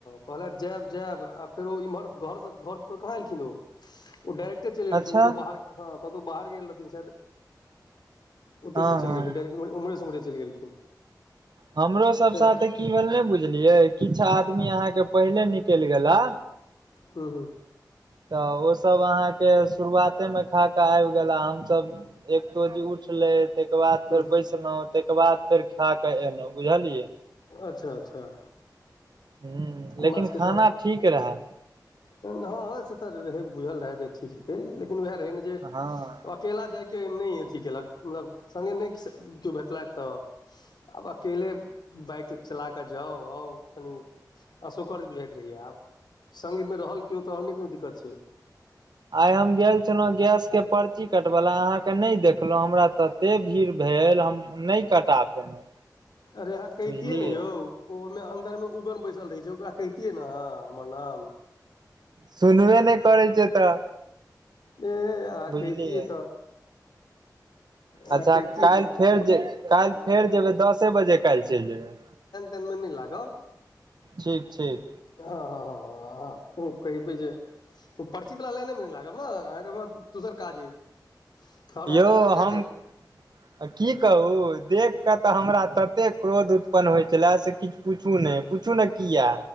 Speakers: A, on the left; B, on the right.
A: कहलखिन जायब जायब आ फेरो इम्हर घर सँ घरपर कहना एयलखिन ओ। ओ डाइरेक्टे चलि गेलखिन
B: अच्छा
A: कतहु बाहर, ह, कतहु बाहर गेल रहथिन शायद। ओतहि
B: हँ
A: से चलि
B: हँ
A: गेलखिन उमर सँ उमर चल गेलखिन।
B: हमरो सभ
A: फेर
B: साथे। कि भेल नहि बुझलियै किछु आदमी अहाँकेँ पहिले निकलि गेला।
A: हू, हू।
B: तऽ ओ सभ अहाँकेँ शुरुआते मे खा कऽ आबि गेल हमस एकतो द। उठलै ताहिके बाद
A: हूँ
B: फेर बैसलहु ताहिके बाद फेर खाके एलहुँ बुझलियै।
A: अच्छा, अच्छा।
B: हूँ
A: हमरा
B: लेकिन
A: सबके
B: खाना
A: तऽ
B: ठीक रहए
A: हँ से तऽ रहै बुझल रहै जे ठीक हेतै लेकिन उएह रहै ने जे
B: हँ
A: केला जायके नहि अथि केलन मतलब संगे नहि केओ भेटलथि तऽ आब अकेले बाइक चला कऽ जाउ आउ कनि अशोकर्ज बुझाइत रहियै आब मे रहल कियो तऽ नहि कोनो दिक्कत छै
B: आई हम गेल छलौं गैस के पर्ची कटवला अहा के नहि देख हमरा तते भीड़ भेल हम नहि कटा पेलहुँ
A: अरे कहितियैय
B: बुझलियै
A: ने यौ ओहिमे अंन्दर मे उगन बैसल रहे छै ओकरा कतिये ने अहाँ हमर नाम
B: सुनबे नहि करै छै तऽ
A: ए आँहा
B: बुझलियै
A: कहितिय तऽ आहाँ
B: अच्छा
A: कैहतीयैय
B: काल्हि
A: केकरो
B: फेर जे काल्हि फेर जेबै दसे बजे काल्हि चलि जेबै
A: दन मे नई लागब
B: ठीक ठीक
A: हँ हँ हँ हँ ओ कहहि पे जे पर्ची वला लाइने मे नहि लागब न अहाँके दोसर काज अइ तहन अहाँके
B: यौ
A: अन्दर जाय
B: हम
A: देत
B: आ की कहू देख कऽ तऽ हमरा तते क्रोध उत्पन्न होइ छलए से पूछू पुछू ने पूछू ने किया